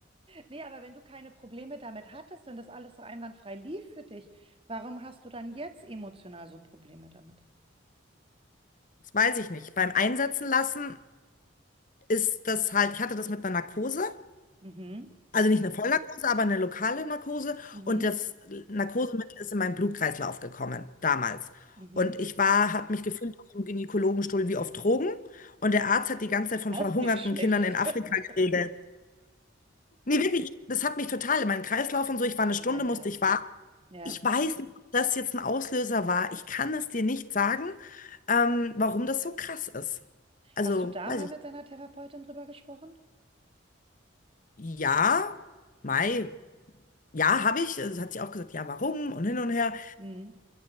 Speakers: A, on the right (about 30°); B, on the left (about 40°).
A: nee, aber wenn du keine Probleme damit hattest und das alles so einwandfrei lief für dich, Warum hast du dann jetzt emotional so Probleme damit?
B: Das weiß ich nicht. Beim Einsetzen lassen ist das halt, ich hatte das mit einer Narkose,
A: Mhm.
B: also nicht eine Vollnarkose, aber eine lokale Narkose
A: Mhm.
B: und das Narkosemittel ist in meinen Blutkreislauf gekommen damals.
A: Mhm.
B: Und ich war, habe mich gefühlt auf dem Gynäkologenstuhl wie auf Drogen und der Arzt hat die ganze Zeit
A: Auch
B: von verhungerten
A: nicht schlecht.
B: Kindern in Afrika
A: <laughs>
B: geredet. Nee, wirklich, das hat mich total in meinen Kreislauf und so. Ich war eine Stunde,
A: Ja,
B: musste
A: ja,
B: ich warten.
A: ja.
B: Ich weiß nicht, ob das jetzt ein Auslöser war. Ich kann es dir nicht sagen, ähm, warum das so krass ist. Also,
A: Hast du da
B: weiß
A: mal
B: ich,
A: mit deiner Therapeutin drüber gesprochen?
B: ja, Mai, ja, habe ich. Also, Es hat sie auch gesagt, ja, warum und hin und her.
A: Mhm.